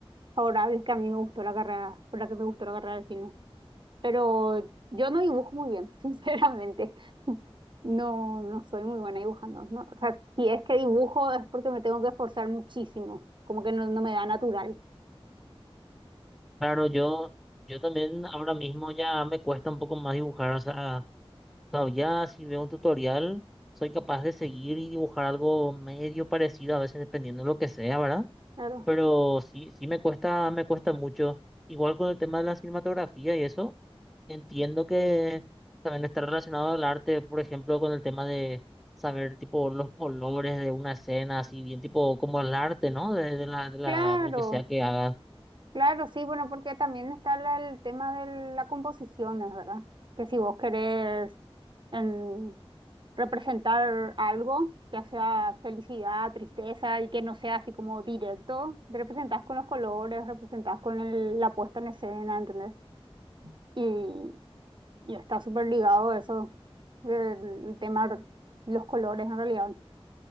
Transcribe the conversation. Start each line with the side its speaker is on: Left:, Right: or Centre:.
Right: favorables que a mí me gustó la carrera, por la que me gustó la carrera de cine. Pero yo no dibujo muy bien, <laughs> sinceramente. No, no soy muy buena dibujando, ¿no? O sea, si es que dibujo es porque me tengo que esforzar muchísimo, como que no, no me da natural.
Centre: Claro, yo, yo también ahora mismo ya me cuesta un poco más dibujar, o sea. O sea, ya si veo un tutorial, soy capaz de seguir y dibujar algo medio parecido, a veces dependiendo de lo que sea, ¿verdad?
Right: Claro.
Centre: Pero sí, sí me cuesta, me cuesta mucho. Igual con el tema de la cinematografía y eso, entiendo que también está relacionado al arte, por ejemplo, con el tema de saber tipo los colores de una escena, así bien tipo como el arte, ¿no? De, de la, de la,
Right: Claro,
Centre: lo que sea que hagas.
Right: claro, sí, bueno, porque también está la- el tema de la composición, es verdad. Que si vos querés em, representar algo, ya sea felicidad, tristeza, y que no sea así como directo, representás con los colores, representás con el- la puesta en escena, ¿entendés? Y, y está súper ligado eso, el el tema de los colores en realidad.